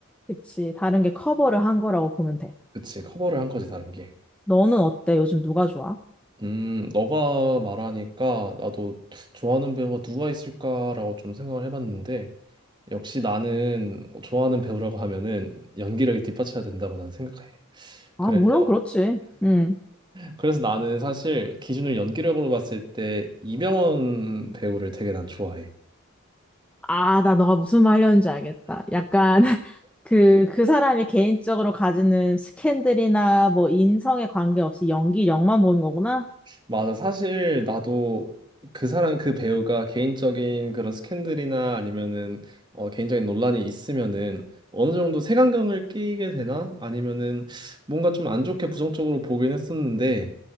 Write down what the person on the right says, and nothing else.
그치, 커버를 한 거지 다른 게.
음, 너가 말하니까 나도 좋아하는 배우가 누가 있을까라고 좀 생각을 해봤는데 역시 나는 좋아하는 배우라고 하면은 연기력이 뒷받쳐야 된다고 난 생각해.
그래서
그래서 나는 사실 기준을 연기력으로 봤을 때 이병헌 배우를 되게 난 좋아해.
맞아. 사실 나도 그 사람 그 배우가 개인적인 그런 스캔들이나 아니면은 어, 개인적인 논란이 있으면은 어느 정도 색안경을 끼게 되나 아니면은 뭔가 좀 안 좋게 부정적으로 보긴 했었는데